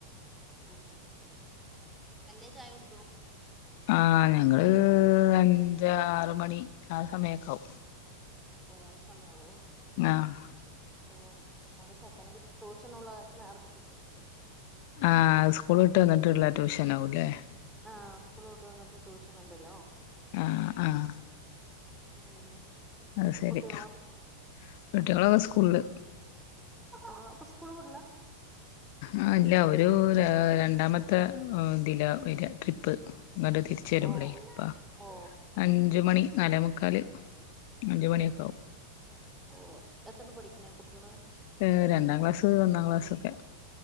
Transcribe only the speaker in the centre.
ഉം വല്ലേ ചായ കുടിക്കണോ
ഓ യി സമയവോ
ഓഹ് അടെ ചെക്കനക്ക് ട്യൂഷൻ ഉള്ളതാരണം നേരത്തെ കുളിച്ചു
ആഹ് സ്കൂളിലോട്ട് വന്നിട്ട് ട്യൂഷൻ ഉണ്ടല്ലോ
ഉം
കുട്ടികളോ
ആഹ് അപ്പൊ സ്കൂൾ <unintelligible>
ഓ
ഓ
ഓഹ് എത്രല്ല പഠിക്കണ കുട്ടികള്